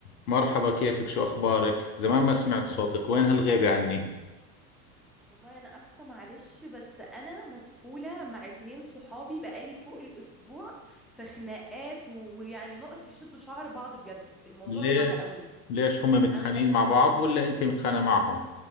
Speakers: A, on the left (about 65°); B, in the centre.
A: مرحبا كيفك شو أخبارك؟ زمان ما سمعت صوتك وين هالغيبة عني؟
B: والله انا اسفه معلش بس انا مسحوله مع اتنين صحابي بقالي فوق الاسبوع في خناقات ويعني ناقص يشدوا شعر بعض بجد الموضوع
A: ليش؟
B: صعب قوي
A: ليش هم متخانقين
B: انا
A: مع بعض ولا أنت متخانقة معهم؟